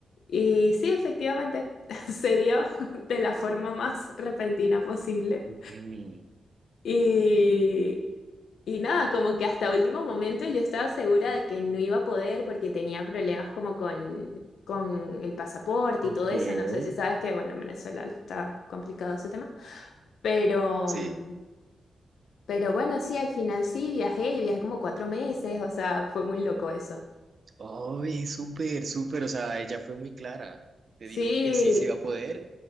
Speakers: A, on the left; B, on the right.
A: Y sí, efectivamente, <laughs> se dio <laughs> de la forma más repentina posible.
B: Okay.
A: Y, y nada, como que hasta último momento yo estaba segura de que no iba a poder porque tenía problemas como con, con el pasaporte
B: Okay.
A: y todo eso. No sé si sabes que, bueno, en Venezuela está complicado ese tema. Pero...
B: Sí.
A: mm, Pero bueno, sí, al final sí viajé, y viajé como cuatro meses, o sea, fue muy loco eso.
B: Oh, súper, súper. O sea, ella fue muy clara. Te
A: Sí,
B: dijo que sí se iba a poder